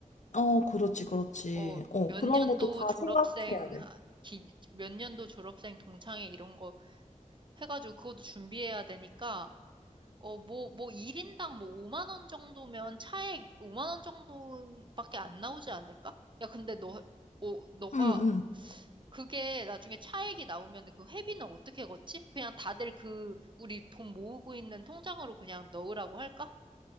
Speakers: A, on the left; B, on the right.
A: 어, 그렇지, 그렇지.
B: 어,
A: 어,
B: 몇
A: 그런
B: 년도
A: 것도 다
B: 졸업생,
A: 생각해야 돼.
B: 하- 기- 몇 년도 졸업생 동창회 이런 거 해가지고 그것도 준비해야 되니까 어, 뭐, 뭐, 1인당 뭐 5만 원 정도면 차액 5만 원 정도밖에 안 나오지 않을까? 야, 근데 너, 어, 너가,
A: 응, 응.
B: 그게 나중에 차액이 나오면 그 회비는 어떻게 걷지? 그냥 다들 그, 우리 돈 모으고 있는 통장으로 그냥 넣으라고 할까?